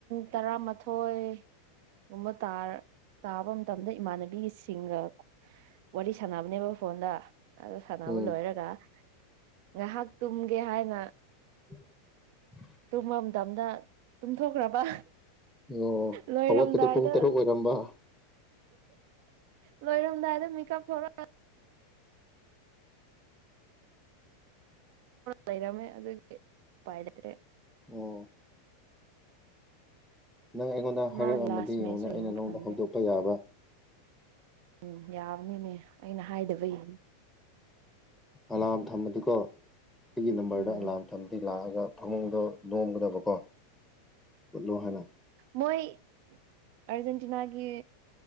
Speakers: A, on the right (about 60°); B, in the centre.
A: ꯇꯔꯥꯃꯊꯣꯏ ꯒꯨꯝꯕ ꯇꯥ ꯇꯥꯕ ꯃꯇꯝꯗ ꯏꯃꯥꯟꯅꯕꯤꯒꯤꯁꯤꯡꯒ ꯋꯥꯔꯤ ꯁꯥꯟꯅꯕꯅꯦꯕ ꯐꯣꯟꯗ ꯑꯗꯨ ꯁꯥꯟꯅꯕ
B: ꯎꯝ
A: ꯂꯣꯏꯔꯒ ꯉꯥꯏꯍꯥꯛ ꯇꯨꯝꯒꯦ ꯍꯥꯏꯅ
B: <inaudible>
A: ꯇꯨꯝꯃꯝꯗꯝꯅ ꯇꯨꯝꯊꯣꯛꯈ꯭ꯔꯕ
B: ꯑꯣ
A: ꯂꯣꯏꯔꯝꯗꯥꯏꯗ
B: ꯍꯧꯒꯠꯄꯗꯣ ꯄꯨꯡ ꯇꯔꯨꯛ ꯑꯣꯏꯔꯝꯕ
A: ꯂꯣꯏꯔꯝꯗꯥꯏꯗ ꯃꯤꯀꯞ ꯊꯔꯛ ꯃꯄꯔꯃꯦ ꯑ ꯄꯥꯏꯇꯔꯦ <unintelligible>
B: ꯑꯣ ꯅꯪ ꯑꯩꯉꯣꯟꯗ ꯍꯥꯏꯔꯛꯑꯃꯗꯤ
A: ꯃꯥꯒꯤ ꯂꯥꯁ
B: ꯌꯦꯡꯉꯣꯅꯦ
A: ꯃꯦꯠꯁꯁꯨ
B: ꯑꯩꯅ
A: ꯌꯦꯡꯕ
B: ꯅꯪꯟꯗ
A: ꯐꯪꯗ꯭ꯔꯦ
B: ꯍꯧꯗꯣꯛꯄ ꯌꯥꯕ
A: ꯎꯝ ꯌꯥꯕꯅꯤꯅꯦ ꯑꯩꯅ ꯍꯥꯏꯗꯕꯒꯤ
B: ꯑꯂꯥꯔꯝ ꯊꯝꯃꯗꯤꯀꯣ ꯑꯩꯒꯤ ꯅꯝꯕꯔꯗ
A: ꯎꯝ
B: ꯑꯂꯥꯝ ꯃꯇꯝꯝꯗꯤ ꯂꯥꯛꯑꯒ ꯐꯃꯨꯡꯗꯣ ꯅꯣꯝꯒꯗꯕꯀꯣ ꯎꯠꯂꯣ ꯍꯥꯏꯅ
A: ꯃꯣꯏ ꯑꯔꯖꯦꯟꯇꯤꯅꯥꯒꯤ